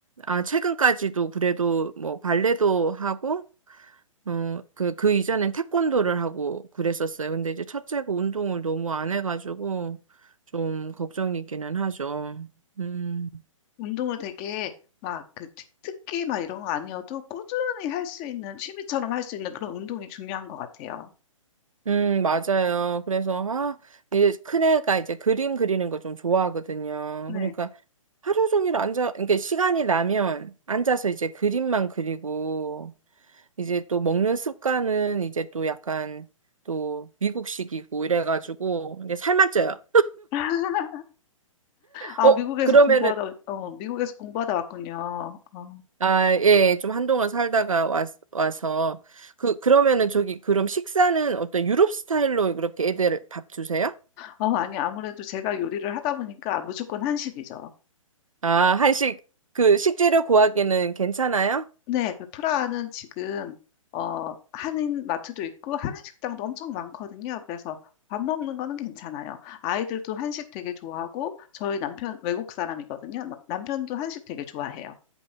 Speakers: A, on the right; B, on the left.
A: 아 최근까지도 그래도 뭐 발레도 하고 어, 그, 그 이전엔 태권도를 하고 그랬었어요. 근데 이제 첫째가 운동을 너무 안 해가지고 좀 걱정이기는 하죠. 음.
B: 운동을 되게 막 그 특기 막 이런 거 아니어도 꾸준히 할 수 있는 취미처럼 할 수 있는 그런 운동이 중요한 것 같아요.
A: 음, 맞아요. 그래서, 아, 이제 큰애가 이제 그림 그리는 거 좀 좋아하거든요.
B: 네.
A: 그러니까 하루 종일 앉아, 그러니까 시간이 나면 앉아서 이제 그림만 그리고, 이제 또 먹는 습관은 이제 또 약간 또 미국식이고 이래가지고, 이제 살만 쪄요.
B: <laughs> 아,
A: 어,
B: 미국에서
A: 그러면은,
B: 공부하다, 어, 미국에서 공부하다 왔군요. 어.
A: 아, 예, 좀 한동안 살다가 와, 와서, 그, 그러면은 저기, 그럼 식사는 어떤 유럽 스타일로 그렇게 애들 밥 주세요?
B: 어, 아니, 아무래도 제가 요리를 하다 보니까 무조건 한식이죠.
A: 아, 한식, 그, 식재료 구하기는 괜찮아요?
B: 네, 그 프라하는 지금, 어, 한인 마트도 있고, 한인 식당도 엄청 많거든요. 그래서 밥 먹는 거는 괜찮아요. 아이들도 한식 되게 좋아하고, 저희 남편 외국 사람이거든요. 나- 남편도 한식 되게 좋아해요.